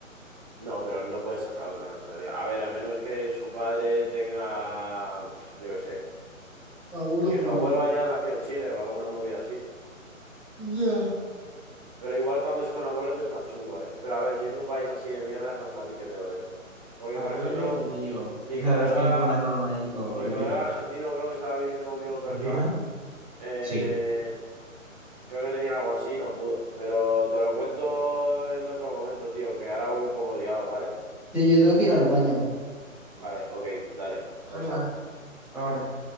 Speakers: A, on the right; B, in the centre.
A: No, pero no puede sacar otra nacionalidad. A ver, a menos que su padre tenga, pf, yo qué sé,
B: Abuelo
A: que
B: judío.
A: su abuelo haya nacido en Chile o alguna movida así.
B: Ya.
A: Pero igual cuando es con abuelos es más chungo, ¿eh? Pero a ver, si es un país así de mierda es más fácil que te lo den. Porque,
B: Abuelo
A: por ejemplo,
B: judío.
A: mi
B: Esas
A: colega,
B: tienen como una norma ahí todo
A: mi
B: épica.
A: colega argentino, bro, que estaba viviendo conmigo en Berlín,
B: Ajá.
A: eh,
B: Sí.
A: creo que tenía algo así, no pudo. Pero te lo cuento en otro momento, tío, que ahora voy un poco liado, ¿vale?
B: Sí, yo tengo que ir al baño.
A: Vale, ok, dale, chao,
B: Venga,
A: chao.
B: hasta ahora.